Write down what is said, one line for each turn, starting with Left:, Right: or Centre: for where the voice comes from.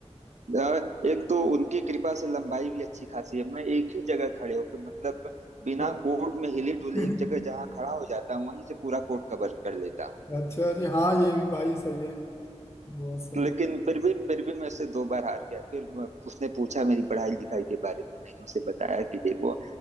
Right: अ, एक तो उनकी कृपा से लंबाई भी अच्छी खासी है मैं एक ही जगह खड़े होकर मतलब बिना
Left: और
Right: कोर्ट में हिले डुले
Left: <laughs>
Right: एक जगह जहाँ खड़ा हो जाता हूँ वहीं से पूरा कोर्ट कवर कर लेता
Left: अच्छा जी हाँ ये भी भाई सही है बहुत सही
Right: लेकिन फिर भी फिर भी मैं उससे दो बार हार गया फिर मैं- उसने पूछा मेरी पढ़ाई लिखाई के बारे में मैंने उसे बताया कि देखो